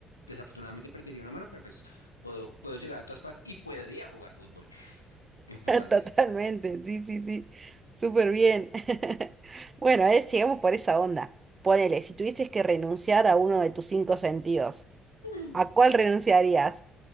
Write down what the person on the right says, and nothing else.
Totalmente, sí, sí, sí, súper bien. <laughs> Bueno, a ver, sigamos por esa onda. Ponele, si tuvieses que renunciar a uno de tus cinco sentidos,
¿a cuál renunciarías?